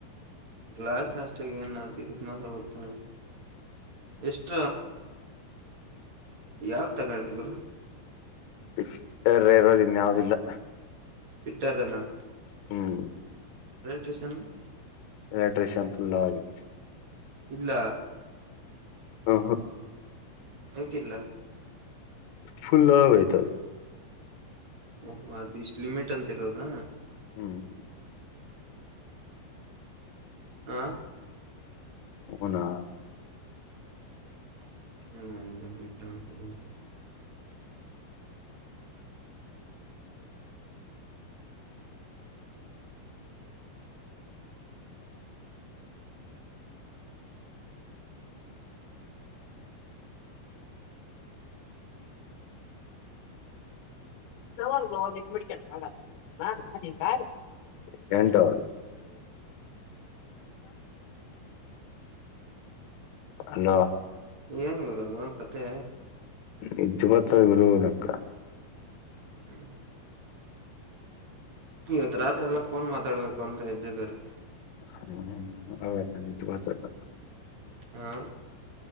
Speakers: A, on the right; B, on the left.
A: ಲಾಸ್ಟ್ ಲಾಸ್ಟ್ ಆಗ ಏನ್ ಇದಕ್ ಮಾತ್ರ ಬರ್ತೇನೆ. ಎಷ್ಟ ಯಾವತ್ ತಗೊಂಡಿದ ಗುರು.
B: <unintelligible> ಯಾವವುದಿಲ್ಲ.
A: ಇಟ್ಟಾರೆನಾ.
B: ಹ್ಮ್
A: ಪ್ರಸನ್ನ.
B: ಎಲೆಕ್ಟ್ರ ಶೆಂಪೂ ಲಾವ.
A: ಇಲ್ಲ.
B: ಹ ಹಾ.
A: ಹಕ್ಕಿಲ್ಲ.
B: ಫುಲ್ ಲವಯತ.
A: ಓಹ ಅದು್ ಇಷ್ಟ್ ಲಿಮಿಟ್ ಅಂತಿರದ.
B: ಹ್ಮ್
A: ಹ.
B: ಹನಾ.
A: ಹ್ಮ ಎಲ್ಲ ಮಟ.
B: ಲ್ ಒ ಎಷ್ಟು ಮಿಡಿಕ ಹಾಗಗಲ್ಲ ನಾನ ನಿಂತ ಆಗುತ್ತ. ಎಟ ನ. ಅಲ್ಲೋ.
A: ಏನ್ ಗರೋದು ಕತೆೆ.
B: ನಿಜು ಬತ್ತ ಗುರು ನಕ.
A: ಹ. ಇವತ್ ರಾತ್ರಿ ಎಲ್ಲ ಫೋನ್ ಮಾತಾಡ್ಬೇಕು ಅಂತ ಇದ್ದು ಬೇರೆ.
B: ಹ್ಮ ಹ್ಮ ಅವವು ವಚ ನ.
A: ಹಾ.